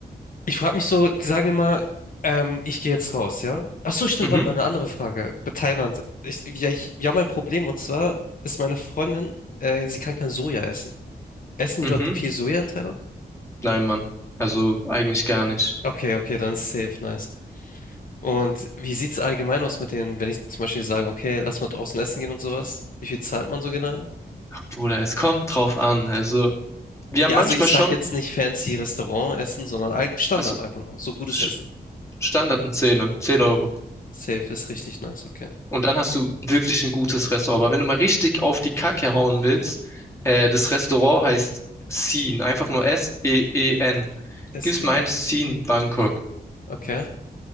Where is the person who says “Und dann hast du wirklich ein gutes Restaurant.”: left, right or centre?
Left